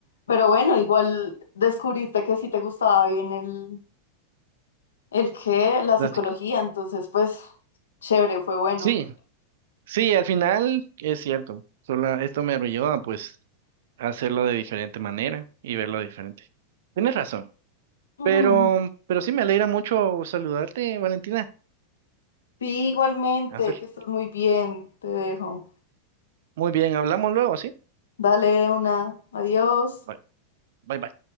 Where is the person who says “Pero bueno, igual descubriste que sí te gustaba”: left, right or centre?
Left